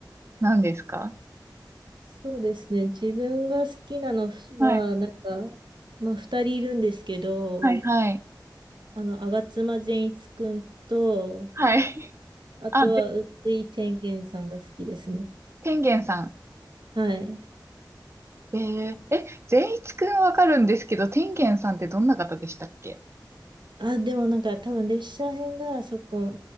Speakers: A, on the right; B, on the right.
A: 何ですか
B: そうですね。自分が好きなのは、
A: はい、
B: なんか、まあ、二人いるんですけど、
A: ははい、い。はい、
B: あの、吾妻善一くんと、
A: はい。<laughs>
B: あとは、
A: あ、べ、
B: 宇津井天元さんが好きですね。
A: 天元さん。
B: はい。
A: えー、え、善一くんわかるんですけど、天元さんってどんな方でしたっけ
B: あ、でもなんか多分列車編だ、そこ